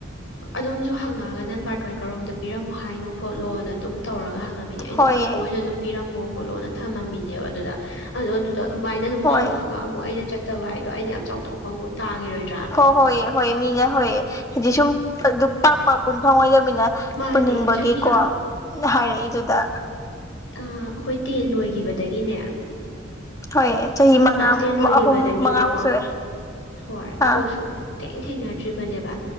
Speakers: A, on the left; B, on the left.
A: ꯑꯗꯨꯝꯁꯨ ꯍꯪꯉꯒ ꯅꯪ ꯕꯥꯔꯇꯣꯟ ꯀꯔꯣꯝꯗ ꯄꯤꯔꯝꯃꯣ ꯍꯥꯏꯅꯣ ꯈꯣꯠꯂꯣꯅ ꯑꯗꯨꯝ ꯇꯧꯔꯒ ꯍꯪꯉ ꯑꯩꯅ
B: ꯍꯣꯏꯌꯦ
A: ꯕꯨ ꯄꯤꯝꯃ ꯈꯂꯣ ꯊꯝꯝꯃꯤꯅꯦꯕ ꯑꯗꯨ ꯑꯗꯣ ꯑꯗꯨꯃꯥꯏꯅ ꯑꯗꯨꯝ
B: ꯍꯣꯏ
A: ꯍꯪꯉꯒ ꯑꯃꯨꯛ ꯑꯩꯅ ꯆꯠꯇꯕ ꯍꯥꯏꯗꯣ ꯑꯩꯅ ꯌꯥꯝ ꯆꯥꯎꯊꯣꯛꯄ ꯑꯃꯨꯛ ꯇꯥꯈꯤꯔꯣꯏꯗ꯭ꯔꯥ
B: ꯍ ꯍꯣꯏꯌꯦ ꯍꯣꯏꯌꯦ ꯃꯤꯅ ꯍꯌꯦ ꯁꯗꯨ ꯄꯄ ꯐꯪꯉꯣꯏꯗꯃꯤꯅ
A: ꯃꯥꯅꯦ
B: ꯄꯨꯅꯤꯡꯕꯒꯤꯀꯣ
A: ꯆꯍꯤ
B: ꯍꯥꯏꯔꯛꯏꯗꯨꯗ
A: ꯑ ꯑꯩꯈꯣꯏ ꯇꯦꯟ ꯂꯣꯏꯈꯤꯕꯗꯒꯤꯅꯦ
B: ꯍꯣꯏ ꯆꯍꯤ ꯃꯉꯥ
A: ꯀ꯭ꯂꯥꯁ ꯇꯦꯟ ꯂꯣꯏꯈꯤꯕꯗꯒꯤꯅꯦꯀꯣ
B: ꯑꯍꯨꯝ ꯃꯉꯥꯃꯨꯛ ꯁꯨꯔꯦ
A: ꯍꯣꯏ
B: ꯑꯥ
A: ꯑꯗꯨ ꯁꯨꯝ ꯊꯦꯡ ꯊꯦꯡꯅꯗ꯭ꯔꯤꯕꯅꯦꯕ